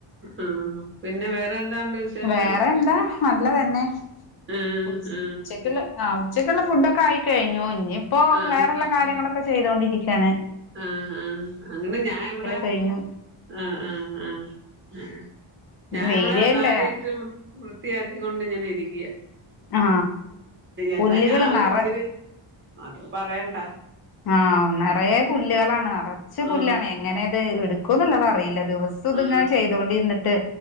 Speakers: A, on the right (about 25°); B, on the left (about 50°).
A: ആഹ് പിന്നെ വേറെ എന്താണ്ട് വിശേഷം
B: വേറെ എന്താ നല്ലതന്നെ
A: ആ
B: ഉച്ചക്ക്
A: ആ
B: ഉച്ചയ്ക്കുള്ള ഫുഡ്ക്കെ ആയിക്കഴിഞ്ഞു ഇനിയിപ്പോ
A: ആ
B: വേറെ ഉള്ള കാര്യങ്ങളൊക്കെ ചെയ്തോണ്ടിരിക്കുവയാണ്
A: ആഹ് ആഹ് അങ്ങനെ ഞാ ഇവിടെ
B: കഴിഞ്ഞു
A: ആ ആഹ് ആഹ് ആ
B: ഇന്ന്
A: ഞാൻ
B: വെയിലേല്ല
A: ഇവിടെ നാല് റ്റം വൃത്തിയാക്കിക്കൊണ്ട് ഞാൻ ഇരിക്കുക
B: ആ പുല്ലുകള്
A: എന്നാ ഞാൻ ഒരു
B: നറ
A: ഇചിരി അത് പറയണ്ട
B: ആഹ നിറയ പുല്ലുകളാണ് നിറച്ച പുല്ലാണ്
A: ആ
B: എങ്ങനെയ അത് എടുക്കും എന്നുള്ളത അറിയില്ല ദിവസം
A: ആ
B: ഇങ്ങനെ ചെയ്തോണ്ടി ഇരിട്ട്